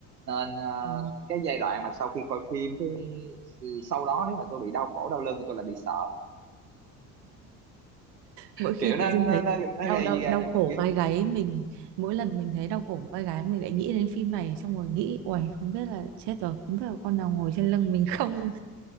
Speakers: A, on the right; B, on the right.
A: nên ờ,
B: Ờ.
A: cái giai đoạn mà sau khi coi phim cái sau đó nếu mà tôi bị đau cổ đau lưng thì tôi lại bị sợ
B: mỗi khi
A: kiểu
B: tự
A: nó
B: dưng
A: nó
B: thấy
A: nó, nó
B: đau
A: gây
B: đau đau
A: ra cho mình
B: cổ
A: cái
B: vai gáy mình mỗi lần mình thấy đau cổ vai gáy mình lại nghĩ đến phim này xong rồi nghĩ uầy không biết là chết rồi không biết là con nào ngồi trên lưng mình không